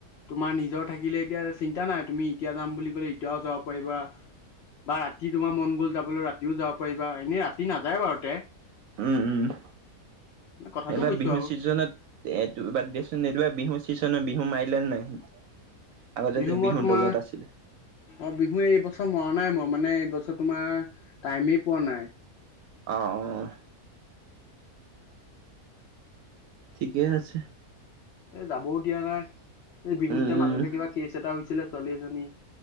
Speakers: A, on the left; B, on the right.
A: তোমাৰ নিজৰ থাকিলে এতিয়া চিন্তা নাই তুমি এতিয়া যাম বুলি কলে এতিয়াও যাব পাৰিবা। বা ৰাতি তোমাৰ মন গ'ল যাবলৈ ৰাতিও যাব পাৰিবা এনেই ৰাতি নাযায় বাৰু তে।
B: উম'-উম'।
A: কথাটো
B: এইবাৰ
A: কৈছো
B: বিহু
A: আৰু
B: চিজনতটো দেচোনা বিহু ছিনে বিহু মাৰিলে নাই? আগতে
A: বিহু
B: যে
A: মই তোমাৰ
B: দলত আছিলে
A: অ', বিহু এইবছৰ মৰা নাই মই মানে এইবছৰ তোমাৰ টাইমেই পোৱা নাই।
B: অ'-অ'। ঠিকেই আছে।
A: এ যাবও দিয়া নাই, এই বিহু
B: উম
A: যে
B: উম।
A: মাজতে কিবা কেচ এটা হৈছিলে ছোৱালী এজনী?